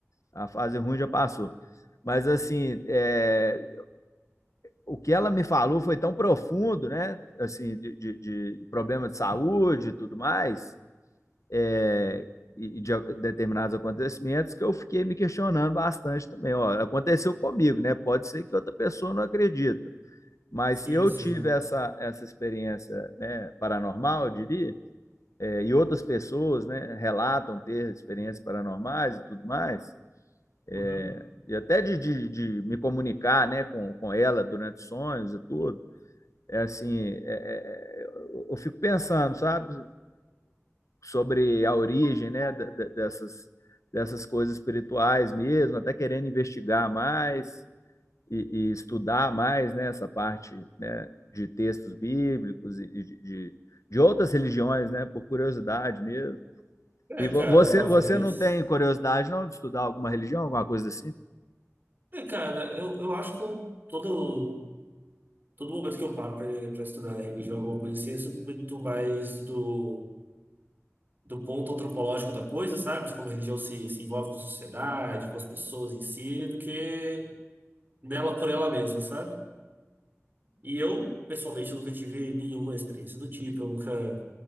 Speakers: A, on the left; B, on the right.
A: A fase ruim já passou. Mas assim, é, o que ela me falou foi tão profundo, né? Assim, de, de, de problema de saúde e tudo mais, é, e, e de a- determinados acontecimentos, que eu fiquei me questionando bastante também. Ó, aconteceu comigo, né? Pode ser que outra pessoa não acredite. Mas
B: sim,
A: se eu
B: sim.
A: tive essa, essa experiência né, paranormal, eu diria, é, e outras pessoas né, relatam ter experiências paranormais e tudo mais, é,
B: Uhum.
A: e até de, de, de, me comunicar né, com, com ela durante sonhos e tudo, é assim, é, é, eu fico pensando, sabe, sobre a origem né, dessas, dessas coisas espirituais mesmo, até querendo investigar mais e, e estudar mais né, essa parte né, de textos bíblicos e de, de, de outras religiões, né, por curiosidade mesmo.
B: É,
A: E vo-
B: cara,
A: você,
B: talvez.
A: você não tem curiosidade não de estudar alguma religião, alguma coisa assim?
B: É, cara, eu, eu acho que eu, todo todo momento que eu paro para estudar religião, alguma coisa assim, é sempre muito mais do, do ponto antropológico da coisa, sabe? De como a religião se, se envolve com a sociedade, com as pessoas em si, do que nela por ela mesma, sabe? E eu, pessoalmente, eu nunca tive nenhuma experiência do tipo, eu nunca